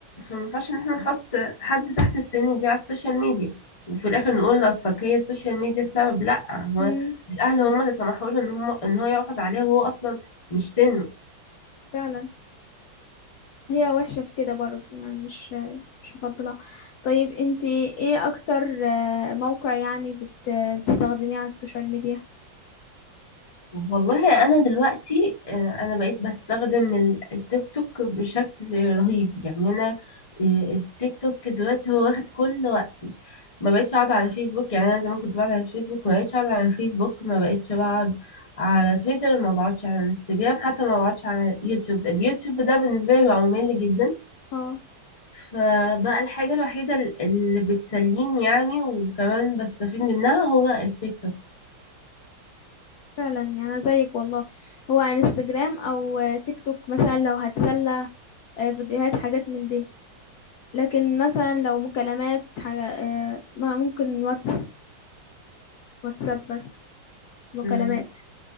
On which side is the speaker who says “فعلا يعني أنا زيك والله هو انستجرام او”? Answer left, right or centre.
Left